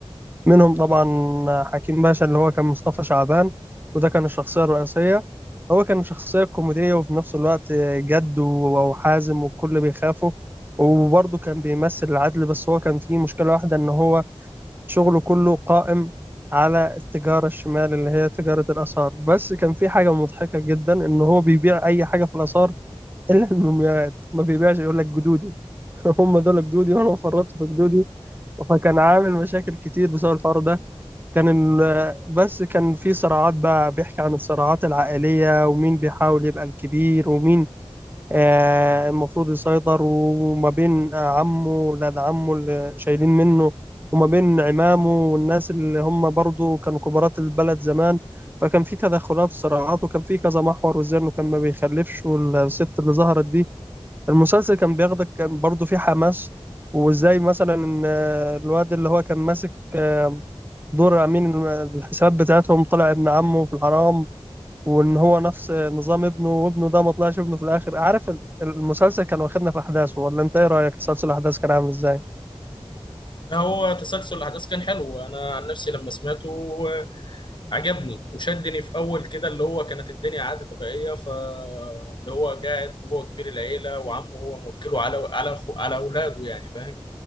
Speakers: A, on the right; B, on the left.
A: منهم طبعا حكيم باشا اللي هو كان مصطفى شعبان وده كان الشخصية الرئيسية هو كان شخصية كوميدية وفي نفس الوقت جد و- وحازم والكل بيخافه وبرضه كان بيمثل العدل بس هو كان فيه مشكلة واحدة إن هو شغله كله قائم على التجارة الشمال اللي هي تجارة الآثار بس كان في حاجة مضحكة جدا إن هو بيبيع أي حاجة في الآثار <laughs> الا المومياوات ما بيبيعش يقول لك جدودي <laughs> هم دول جدودي وانا ما فرطت في جدودي فكان عامل مشاكل كتير بسبب الحوار ده كان ال- <laughs> بس كان في صراعات بقى بيحكي عن الصراعات العائلية ومين بيحاول يبقى الكبير ومين آه، المفروض يسيطر وما بين آه، عمه ولاد عمه اللي شايلين منه وما بين عمامه والناس اللي هم برضو كانوا كبارات البلد زمان فكان في تدخلات وصراعات وكان في كذا محور والزن وكان ما بيخلفش والست اللي ظهرت دي المسلسل كان بياخدك كان برضه فيه حماس وازاي مثلا ان آه، الواد اللي هو كان ماسك آه، دور امين الم- الحسابات بتاعتهم طلع ابن عمه في الحرام وان هو نفس نظام ابنه وابنه ده ما طلعش ابنه في الاخر عارف ال- المسلسل كان واخدنا في احداثه ولا انت ايه رايك تسلسل الاحداث كان عامل ازاي
B: لا هو تسلسل الاحداث كان حلو انا عن نفسي لما سمعته آه، عجبني وشدني في اول كده اللي هو كانت الدنيا عادي طبيعيه فاللي هو قاعد وهو كبير العيله وعمه هو موكله على على أخو على اولاده يعني فاهم